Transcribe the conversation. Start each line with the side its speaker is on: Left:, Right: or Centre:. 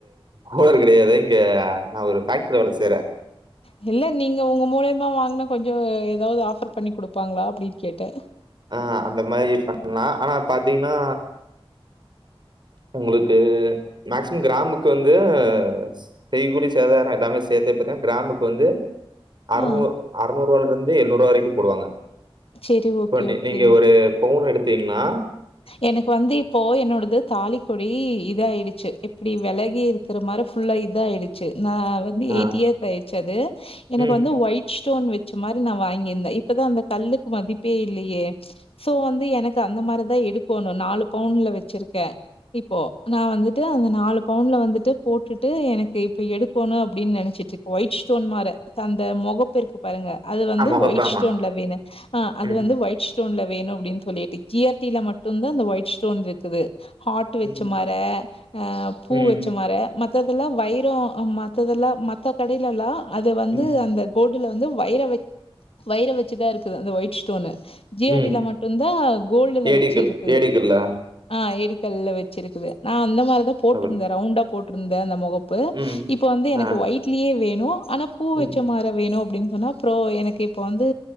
Right: ஹோனர் கெடையாது இங்க நா ஒரு ஃபேக்ட்ரில வேல சேய்றே
Left: ஹீல்ல நீங்க உங்க மூலையுமா வாங்னா கொஞ்சோ ஏதாவ்து ஆஃபர் பண்ணி குடுப்பாங்ளா அப்டின்னு கேட்டே
Right: ஆ அந்த மாரி பண்லா ஆனா பாத்தீங்னா உங்களுக்கு மேக்சிமம் கிராமுக்கு வந்து ஸ் செய்கூலி சேதாரோ எல்லாமே சேத்தே பாத்தா கிராமுக்கு வந்து அறநூறு
Left: ஆ.
Right: அறநூறுவாலருந்து எண்நூறுவா வரைக்கு போடுவாங்க
Left: சரி. ஓகே,
Right: போய்ட்டு
Left: ஓகே.
Right: நீங்க ஒரு பவுன் எடுத்தீங்னா
Left: எனக்கு வந்து இப்போ என்னோடது தாலிக்கொடி இத ஆயிடுச்சு இப்டி விலகி இருக் க்கிற மாரே ஃபுல்லா இதாயிடுச்சு நா வந்து
Right: ஆ,
Left: எயிட் இயர்த் ஆயிடுச்சு அது எனக்கு
Right: ம்.
Left: வந்து ஒய்ட் ஸ்டோன் வெச்ச மாரி நா வாங்கியிருந்தே இப்பதா அந்த கல்லுக்கு மதிப்பே இல்லேயே சோ வந்து எனக்கு அந்த மாரிதா எடுக்கோணு நாலு பவுன்ல வச்சிருக்கே இப்போ நா வந்துட்டு அந்த நாலு பவுன்ல வந்துட்டு போட்டுட்டு எனக்கு இப்ப எடுக்கோணு அப்டின் நெனைச்சிட்ருக் ஒயிட் ஸ்டோன் மாரே தந்த மொகப்பெருகு பருங்க அது வந்து
Right: ஆ முகப்பு
Left: ஒயிட்
Right: ஆமா.
Left: ஸ்டோன்ல வேண அ அது
Right: ம்.
Left: வந்து ஒயிட் ஸ்டோன்ல வேணும் அப்டின் சொல்லிட்டு ஜி ஆர் டி மட்டும்தா இந்த ஒயிட் ஸ்டோன்ருக்குது ஹாட்டு் வச்ச
Right: ம்.
Left: மற அ பூ
Right: ம்.
Left: வச்ச மற மத்ததெல்லா வைரோ மத்ததெல்லா மத்த கடைலல்லா அது வந்து
Right: ம்.
Left: அந்தக் கோட்டுல வந்து வைர வெக் வைர வச்சிதா இருக்குது அந்த ஒயிட் ஸ்டோனு ஜிஆர்
Right: ம்.
Left: டில மட்டுந்தா கோல்டுல
Right: ஏடிக்கு
Left: வச்சு இருக்குது
Right: ஏடிக்குல்ல.
Left: அ ஆ ஏடிக்கல்ல வச்சிருக்குது நா அந்த மாரிதா போட்ருந்தே
Right: அவள்.
Left: ரவுண்டா போட்ருந்தே அந்த மொகப் இப்போ
Right: ம்.
Left: இப்ப வந்து எனக்கு
Right: ஆ.
Left: ஒய்ட்லே வேணு ஆனா பூ
Right: ம்.
Left: வச்ச மாற வேணு அப்டின்னு சொன்னாப் அப்றோ எனக்கு இப்போ வந்து